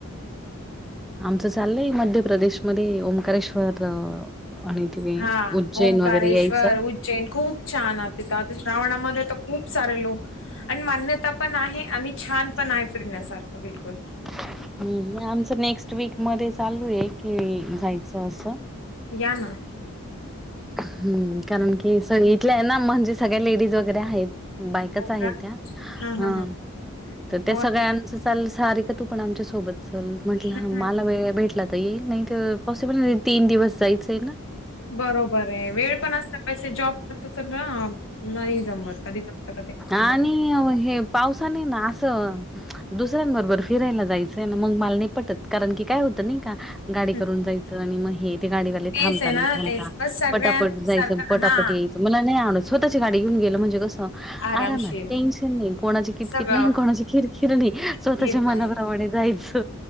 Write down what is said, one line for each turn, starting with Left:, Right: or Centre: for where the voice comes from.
Centre: आमचं चाललंय मध्य प्रदेशमध्ये ओंकारेश्वर अ, आणि तिथे
Left: हा
Centre: उज्जैन
Left: ओंकारेश्वर
Centre: वगैरे यायचं
Left: उज्जैन खूप छान हो तीथ श्रावणामध्ये तर खूप खूप सारे लोक आणि मान्यता पण आहे आणि छान पण आहे फिरण्यासारखं बिलकुल.
Centre: हम्म आमचं नेक्स्ट वीक मध्ये चालू आहे. कि जायचं असं.
Left: या ना
Centre: हम्म कारण की सांगितल ना म्हणजे सगळ्या लेडीज वगैरे आहेत. बायकाच
Left: हो
Centre: आहे
Left: का
Centre: त्या
Left: हा
Centre: अ
Left: हा हा
Centre: तर त्या
Left: हो
Centre: सगळ्यांच
Left: ते.
Centre: चाल सारीका तू पण आमच्या सोबत चल म्हटलं
Left: हम्म,
Centre: मला
Left: हम्म.
Centre: वेळ भेटला आता येईल नाही तर पॉसिबल नाही तीन दिवस जायचंय ना.
Left: बरोबर आहे वेळ पण असत पैसे जॉब करतो तर ना नाही. जमत कधी जमतं कधी
Centre: आणि
Left: जमत.
Centre: हे पावसाने ना असं. दुसऱ्यांबरोबर फिरायला जायचंय ना मग मला नि पटत कारण की काय होतं नाही का. गाडी
Left: हम्म.
Centre: करून जायचं आणि मग हे गाडीवाले
Left: तेच
Centre: थांब
Left: आहे
Centre: नाही
Left: ना
Centre: थांबता
Left: तेच बस सगळ्यां
Centre: पटापट जायच
Left: सारखं
Centre: पटापट
Left: हा
Centre: यायचं. नाही आणो स्वतःची गाडी घेन गेलं म्हणे कसं.
Left: आरामशीर
Centre: आरामात टेन्शन नाही कोणाची किटकिट
Left: सगळं
Centre: नाही कोणाची खिरखिर नाही स्वतःच्या
Left: स्थिर
Centre: मनाप्रमाणे
Left: नाही
Centre: जायच.